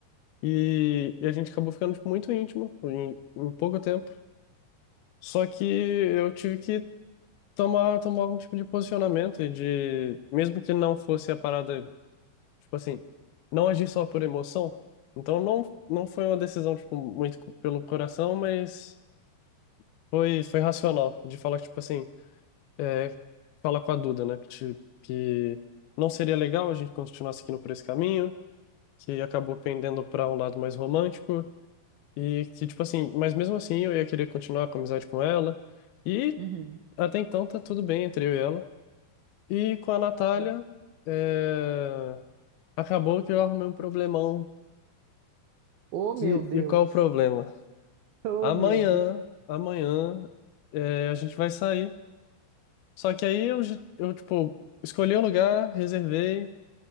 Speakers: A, on the left; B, on the right.
A: E, e a gente acabou ficando, tipo, muito íntimo em, em pouco tempo. Só que eu tive que tomar, tomar algum tipo de posicionamento e de... Mesmo que não fosse a parada Tipo assim, não agir só por emoção. Então não, não foi uma decisão, tipo, muito co- pelo coração, mas foi, foi racional. De falar, tipo assim, é, fala com a Duda, né? Que, te- que não seria legal a gente continuar seguindo por esse caminho, que acabou pendendo para um lado mais romântico. E que, tipo assim, mas mesmo assim eu ia querer continuar com a amizade com ela. E
B: Uhum.
A: até então tá tudo bem entre eu e ela. E com a Natália,
B: Ah, le-
A: é, acabou que eu arrumei um problemão
B: Oh, meu
A: De-
B: Deus!
A: E qual o problema?
B: <laughs> Oh,
A: Amanhã,
B: meu Deus!
A: amanhã, é, a gente vai sair. Só que aí eu, j- eu, tipo, escolhi o lugar, reservei.